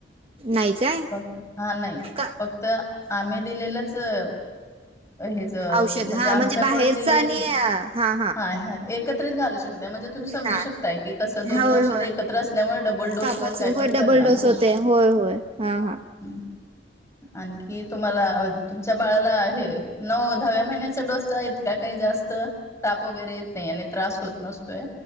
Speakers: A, on the right; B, on the left.
A: नाही काय
B: नाही हा नाही
A: का
B: फक्त आम्ही दिलेलंच अ. हेच
A: औषध
B: म्हणजे
A: हा
B: आमच्याकडून
A: बाहेरच
B: दिलेलीच
A: आणि अ, हा
B: हाय हा एकत्रित घालू शकताय म्हणजे तुम्ही समजू
A: ना
B: शकताय. की कस दोन्ही
A: होय
B: औषध
A: होय
B: एकत्र असल्यामुळे डबल डोस
A: तापाच
B: होऊन काय पण
A: होय
B: परिणाम
A: डबल डोस
B: होऊ
A: होते
B: शकतो.
A: होय होय हा हा
B: ह्म आणखी तुम्हाला व तुमच्या बाळाला हे नऊ दहाव्या महिन्याचा डोस चा का काही जास्त ताप वगैरे येत नाही आणि त्रास होत नसतोय.